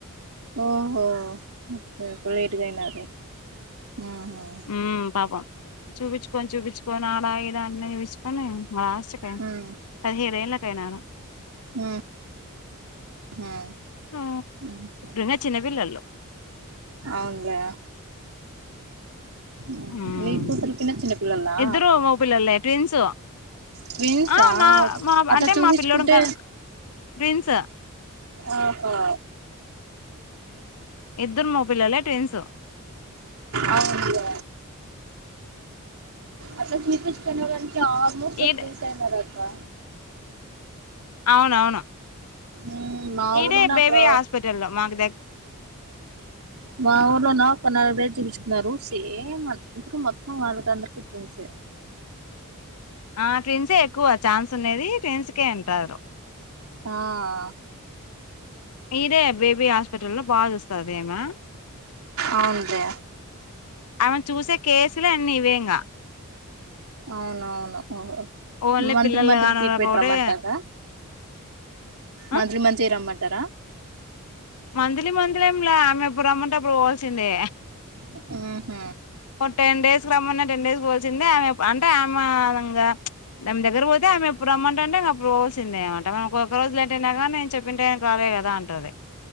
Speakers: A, on the right; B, on the left.
A: ఓహో ఓకే లేట్ గా అయినారు ఉహుహ్
B: ఉహ్మ్ పాపం చూపించుకొని చూపించుకొని అలా ఇలా అన్న చూపించుకొని ఆశ పోయింది.
A: మ్మ్
B: పదిహేడు ఏళ్ళకి అయినారు.
A: ఉహ్ మా
B: ఇంకా
A: ఉహుహ్
B: చిన్నపిల్లలు
A: అవున్ గయా ఉహ్
B: ఉమ్
A: నీ కూతురు కీనా చిన్న పిల్లలా.
B: ఇద్దరు మగ పిల్లలే ట్విన్సు
A: ట్విన్సా
B: ఆ మా మా
A: అట్లా
B: అంటే
A: చూపించుకుంటే
B: మా పిలోడు గా ట్విన్సు
A: అహో
B: ఇద్దరు మగ పిల్లలే ట్విన్స్
A: అవునులే అట్లా తీపించుకున్నావంటే ఆల్మోస్ట్
B: ఈడ
A: ట్విన్స్ అయినారక్కా
B: అవునవును
A: మ్మ్ మా
B: ఇడే
A: ఊర్లోనే
B: బేబీ
A: అక్కడ
B: హాస్పిటల్లో మాకు దగ్
A: మా ఊర్లో నా ఒక నలుగైద్ వెళ్ళి చూపించుకున్నారు సేమ్ అంతే మొత్తం వాళ్ళక్ అందరికి ట్విన్స్ఏ
B: ఆ ట్విన్సే ఎక్కువ ఛాన్స్ ఉనేది ట్విన్స్కే అంటారు.
A: హాఆఆ
B: ఇడే బేబీ హాస్పిటల్లో బాగా జూస్తాది ఈమా
A: అవునూలే
B: ఆమె చూసే కేసులే అన్నీ ఇవే ఇగా
A: అవునవును ఓహో
B: ఓన్లీ
A: మంత్లీ
B: పిల్లలు
A: మంత్లీ
B: కానోళ్ళకి
A: ట్రీట్మెంట్
B: ఒకటే
A: రమ్మంటారా. మంత్లీ
B: ఆ
A: మంత్లీ రమ్మంటారా
B: మంత్లీ మంత్లీ ఏంలే ఆమె ఎప్పుడు రమ్మంటే అప్పుడు పోవాల్సిందే
A: ఉహుహ్
B: ఒక టెన్ డేస్కి రమన్నా టెన్ డేస్ పోవాల్సిందే ఆమె అంటే ఆమె ఇంగా ధం దగ్గర ఓతే ఆమె ఎప్పుడు రమ్మంటంటె ఇంగా అప్పుడు పోవాసిందే అనమాట మనం ఒక్క ఒక్క రోజుల లేట్ అయినా గానీ నేను చెప్పిన టాయాన్ రాలే గదా అంటది